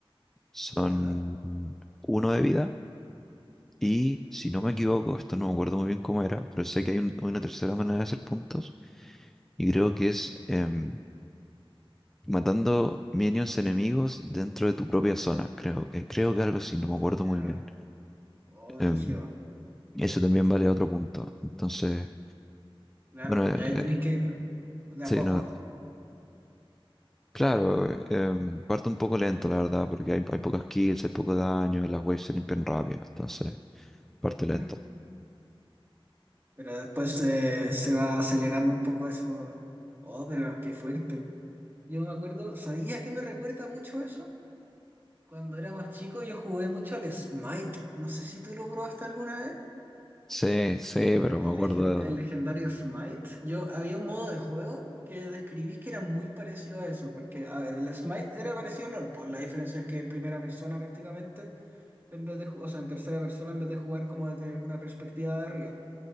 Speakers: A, in the centre; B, on the right.
A: son
B: ya,
A: uno de vida. Y
B: ya,
A: si no me equivoco, esto no me acuerdo muy bien cómo era, pero sé que hay un- una tercera manera de hacer puntos, Y creo que es em, matando minions enemigos dentro de tu propia zona. Creo que, creo que algo así, no me acuerdo
B: ya.
A: muy bien.
B: Oh, brígido.
A: Em, eso también vale otro punto. Entonces,
B: Claro,
A: bueno, eh,
B: y ahí tenéis
A: eh,
B: que ir de
A: sí,
B: a poco.
A: no, claro, eh, em, parto un poco lento, la verdad, porque hay, hay pocas kills, hay poco daño, y las waves se limpian rápido. Entonces, parte
B: Ujú.
A: lento.
B: Pero después eh, se va acelerando un poco eso. Oh, pero qué fuerte. Yo me acuerdo, ¿sabía que me recuerda mucho eso? Cuando era más chico yo jugué mucho al Smite. No sé si tú lo probaste alguna vez.
A: Sí, sí, pero
B: El,
A: me acuerdo.
B: legen- el legendario Smite. Yo había un modo de juego que describí que era muy parecido a eso. Porque, a ver, el Smite era parecido al LOL. pues, la diferencia es que en primera persona prácticamente, en vez de, ju- o sea, en tercera persona, en vez de jugar como desde una perspectiva de arriba.